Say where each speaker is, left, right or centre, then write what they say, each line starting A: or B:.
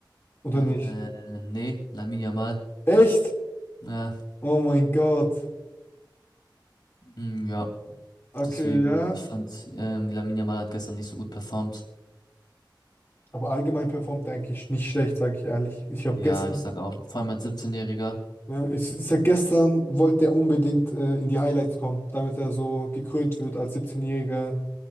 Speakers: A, on the left; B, on the left.
A: Oder
B: Äh,
A: nicht?
B: nee, Lamine Yamal.
A: Echt?
B: Ja,
A: Oh mein Gott.
B: mm, ja,
A: Okay,
B: deswegen,
A: ja.
B: ich fand, ähm, Lamine Yamal hat gestern nicht so gut performt.
A: Aber allgemein performt er eigentlich nicht schlecht, sage ich ehrlich. Ich habe
B: Ja,
A: gestern,
B: ich sag auch, vor allem als 17-Jähriger.
A: ne, ich, ich sag, gestern wollte er unbedingt äh, in die Highlights kommen, damit er so gekrönt wird als 17-Jähriger,